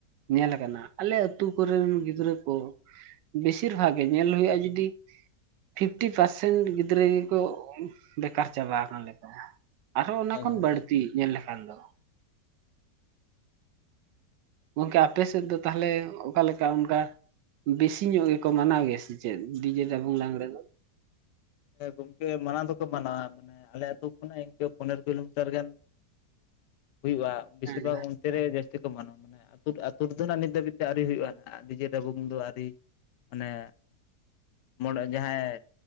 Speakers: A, on the right; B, on the left.
A: ᱧᱮᱞ ᱟᱠᱟᱱᱟ ᱟᱞᱮ ᱟᱛᱩ ᱠᱚᱨᱮᱱ ᱜᱤᱫᱽᱨᱟᱹ ᱠᱚ ᱵᱮᱥᱤᱨ ᱵᱷᱟᱜᱽ ᱜᱮ ᱧᱮᱞ ᱦᱩᱭᱩᱜᱼᱟ ᱡᱩᱫᱤ ᱯᱷᱤᱯᱴᱤ ᱯᱟᱨᱥᱮᱱᱴ ᱜᱤᱫᱽᱨᱟᱹ ᱜᱮ ᱠᱚ ᱵᱮᱠᱟᱨ ᱪᱟᱵᱟ ᱟᱠᱟᱱᱟ ᱞᱮᱠᱟ ᱟᱨᱦᱚᱸ ᱚᱱᱟ
B: ᱦᱮᱸ
A: ᱠᱷᱚᱱ
B: ᱜᱚᱝᱠᱮ
A: ᱵᱟᱹᱲᱛᱤ ᱧᱮᱞ ᱞᱮᱠᱷᱟᱱ ᱫᱚ ᱜᱚᱝᱠᱮ ᱟᱯᱮ ᱥᱮᱫ ᱫᱚ ᱛᱟᱦᱚᱞᱮ ᱚᱠᱟᱞᱮᱠᱟ ᱚᱱᱠᱟ᱾ ᱵᱮᱥᱤ ᱧᱚᱜ ᱜᱮᱠᱚ ᱢᱟᱱᱟᱣ ᱜᱮᱭᱟ ᱥᱮ ᱪᱮᱫ ᱰᱤᱡᱮ ᱰᱟᱵᱩᱝ ᱞᱟᱜᱽᱲᱮ ᱫᱚ?
B: ᱦᱮᱸ ᱜᱚᱝᱠᱮ ᱢᱟᱱᱟᱣ ᱫᱚᱠᱚ ᱢᱟᱱᱟᱣᱟ ᱢᱟᱱᱮ ᱟᱞᱮ ᱟᱹᱛᱩ ᱠᱷᱚᱱᱟᱜ ᱤᱱᱠᱟᱹ ᱯᱚᱱᱮᱨᱳ ᱠᱤᱞᱳᱢᱤᱴᱟᱨ ᱜᱟᱱ ᱦᱩᱭᱩᱜ-ᱟ ᱵᱮᱥᱤᱨ
A: ᱦᱮᱸ
B: ᱵᱷᱟᱜᱽ ᱚᱱᱛᱮ ᱨᱮ ᱡᱟᱹᱥᱛᱤ ᱠᱚ ᱢᱟᱱᱟᱣᱟ ᱢᱟᱱᱮ ᱟᱛᱳ ᱨᱮᱫᱚ ᱱᱤᱛ ᱫᱷᱟᱹᱵᱤᱡ ᱛᱮ ᱟᱹᱣᱨᱤ ᱦᱩᱭᱩᱜ-ᱟ ᱦᱟᱜ ᱰᱤᱡᱮ ᱰᱟᱵᱩᱝ ᱫᱚ ᱟᱹᱣᱨᱤ ᱚᱱᱮ ᱢᱚᱬᱮ ᱡᱟᱦᱟᱸᱭ